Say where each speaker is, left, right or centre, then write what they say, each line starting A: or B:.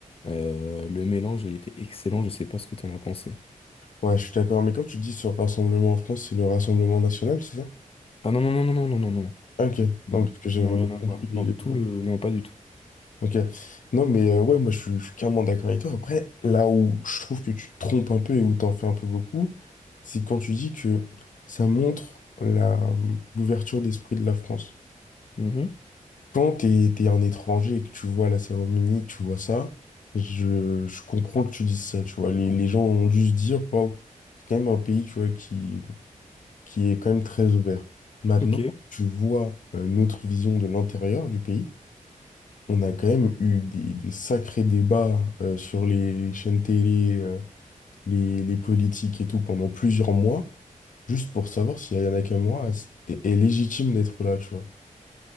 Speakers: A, on the left; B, on the left.
A: Euh, le mélange a été excellent, je sais pas ce que t'en as pensé.
B: Ouais, je suis d'accord, mais quand tu dis ce rassemblement en France, c'est le Rassemblement national, c'est ça?
A: Ah non, non, non, non, non, non, non, non.
B: Ok,
A: Non,
B: non, parce que j'avais
A: Non, rien
B: mal compris
A: à voir.
B: les
A: Non, tout
B: les mots.
A: le... Non, pas du tout.
B: Ok, non, mais euh, ouais, moi, je suis, je suis carrément d'accord avec toi. Après, là où je trouve que tu te trompes un peu et où t'en fais un peu beaucoup, c'est quand tu dis que ça montre la hum, l'ouverture d'esprit de la France.
A: Mhm.
B: Quand t'es, t'es un étranger et que tu vois la cérémonie, que tu vois ça, je, je comprends que tu dises ça, tu vois. Les, les gens ont dû se dire, wow, c'est quand même un pays, tu vois, qui, qui est quand même très ouvert. Maintenant,
A: Ok.
B: quand tu vois euh, notre vision de l'intérieur du pays, on a quand même eu des, des sacrés débats euh, sur les chaînes télé, euh, les, les politiques et tout pendant plusieurs mois, juste pour savoir si Ayana Kamura est, est légitime d'être là, tu vois.